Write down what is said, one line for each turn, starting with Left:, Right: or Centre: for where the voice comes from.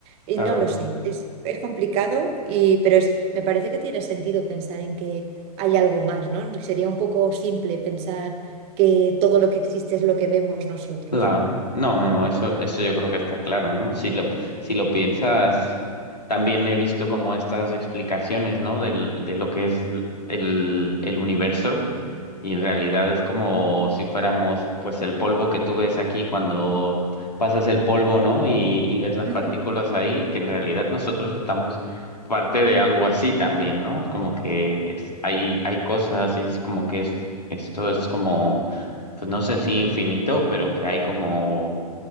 Right: y
Left: claro,
Right: no lo sé, es, es complicado, y, pero es, me parece que tiene sentido pensar en que hay algo más, ¿no? Sería un poco simple pensar que todo lo que existe es lo que vemos nosotros.
Left: claro. No, no, no, eso, eso yo creo que está claro, ¿no? Si lo, si lo piensas, también he visto como estas explicaciones, ¿no? Del, de lo que es el, el universo Y en realidad es como si fuéramos, pues, el polvo que tú ves aquí cuando pasas el polvo, ¿no? Y, y ves las
Right: Ujú.
Left: partículas ahí, que en realidad nosotros estamos parte de algo así también, ¿no? Es como que es, hay, hay cosas y es como que es, esto es como, pues no sé si infinito, pero que hay como,